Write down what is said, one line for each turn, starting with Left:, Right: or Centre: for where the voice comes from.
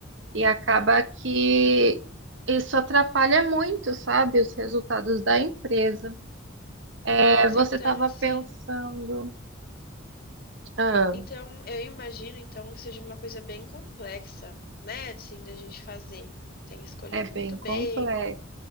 Right: e acaba que isso atrapalha muito, sabe? Os resultados da empresa. É,
Left: Nossa,
Right: você
Left: então
Right: estava
Left: assim,
Right: pensando, ah,
Left: então eu imagino então que seja uma coisa bem complexa, né, assim, da gente fazer. Tem que escolher
Right: é
Left: muito
Right: bem complexo.
Left: bem,